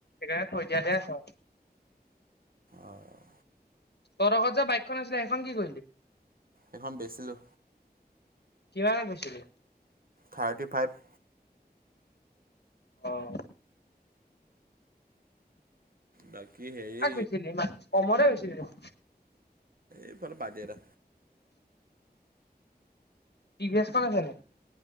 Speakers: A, on the left; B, on the right.
A: এ থৈ দিয়াতে আছে আও।
B: অ',
A: তহতঁক যে বাইকখন আছিলে সেইখন কি কৰিলি
B: এখন বেচিলো।
A: কিমানত বেছিলি?
B: থাৰ্টি ফাইভ
A: অঁ।
B: বাকী হেৰি
A: কাক বেছিলি? ইমান কমৰে ব উম।
B: এইফালে পাৰ্টি এটা।
A: টি ভি এছ খন আছে নেকি?